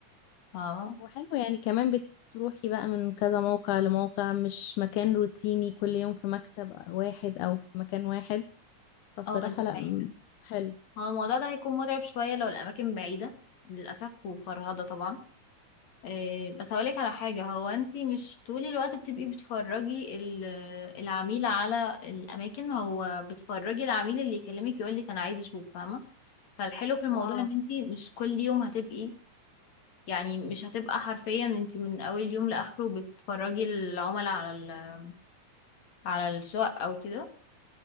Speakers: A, on the left (about 60°); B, on the left (about 80°).
A: فاهمة
B: وحلو يعني كمان بتروحي بقى من كذا موقع لموقع مش مكان روتيني كل يوم في مكتب واحد او في مكان واحد فالصراحة
A: اه دي
B: لا
A: حقيقة
B: م- حلو
A: هو الموضوع ده هيكون متعب شوية لو الأماكن بعيدة للأسف وفرهدة طبعا إيه بس هقولك على حاجة هو انتي مش طول الوقت بتبقي بتفرجي ال- العميل على الأماكن هو بتفرجي العميل اللي يكلمك يقولك أنا عايز أشوف فاهمة فالحلو في الموضوع
B: اه
A: إن انتي مش كل يوم هتبقي يعني مش هتبقى حرفيا انتي من أول يوم لآخره بتفرجي العملاء على ال- على الشقق أو كده